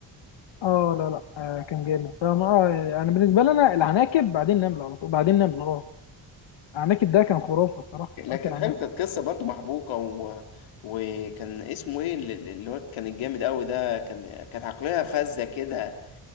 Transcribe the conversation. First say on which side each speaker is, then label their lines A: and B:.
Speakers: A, on the left (about 65°); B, on the left (about 85°).
A: اه لا لا آه كان جامد ده ما آه، يعني بالنسبه لنا العناكب بعدين نمله على طول بعدين نمله اه العناكب ده كان خرافه الصراحه
B: لا
A: ارك
B: كان
A: العناكب
B: حلو كانت قصه برضو محبوكه و... وكان اسمه ايه اللي اللي هو كان الجامد قوي ده كان كانت عقليه فذه كده